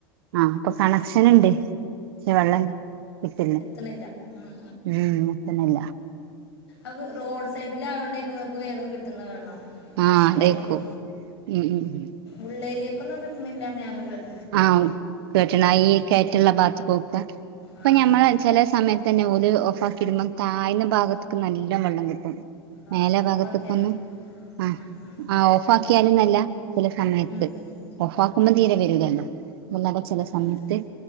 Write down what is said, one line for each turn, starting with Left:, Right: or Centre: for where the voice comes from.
Right: ആഹ് അപ്പൊ
Left: ആ
Right: കണക്ഷൻ ഉണ്ട് വെള്ളം കിട്ടില്ല
Left: എത്തണില്ല ഉം
Right: ഉം കിട്ടിണില്ല
Left: അത് റോഡ് സൈഡിൽ ആയതോണ്ടേക്കും വേഗം കിട്ടുന്ന വെള്ളം
Right: ആഹ്
Left: അതായിരിക്കോ
Right: അതേക്കും ഉം ഉം
Left: ഉളേരി ഒന്നും കിട്ടിണില്ല ഞാനും കേട്ടു
Right: ആന്ന് കേട്ടളായി കയറ്റുള്ള ഭാത്തുക്കെക്കെ ഇപ്പൊ
Left: ആ
Right: ഞമ്മള് ചില സമയത്ത് തന്നെ ഓല് ഒ കിടുമ്പം താഴ്ന്ന ഭാഗത്തേക്ക് നല്ല വെള്ളം കിട്ടും
Left: ആ
Right: മേലെ
Left: ഓഫാക്കിയാലോ
Right: ഭാഗ്ത്ത്ക്ക് ഒന്നും ആഹ്
Left: ഉം ഉം
Right: ആ
Left: ഉം
Right: ഓഫ് ആക്കിയാല് എന്നല്ല ചില സമയത്ത്
Left: ഉം
Right: ഓഫ്
Left: ആ
Right: ആക്കുമ്പോം
Left: ആ ആ
Right: തീരെ വരില്ലല്ലോ <unintelligible> ചില
Left: ആ
Right: സമയത്ത്